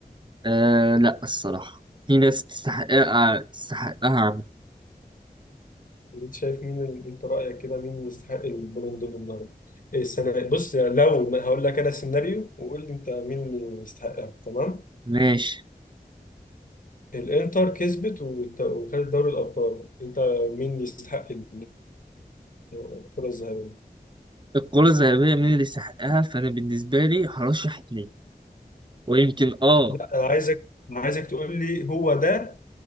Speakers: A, on the right (about 30°); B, on the left (about 55°).
A: آه لا الصراحة في ناس تستحقها آه، تستحقها عم.
B: انت شايف مين ال- انت رايك كده مين يستحق البالون دور النهارده؟ ايه السنه بص يعني لو ما هقول لك انا سيناريو وقول لي انت مين اللي يستحقها تمام؟
A: ماشي
B: الانتر كسبت وت- وخدت دوري الابطال انت مين يستحق ال- الكره الذهبيه؟
A: الكرة الذهبية مين اللي يستحقها فأنا بالنسبة لي هرشح اتنين ويمكن اه
B: لا انا عايزك انا عايزك تقول لي هو ده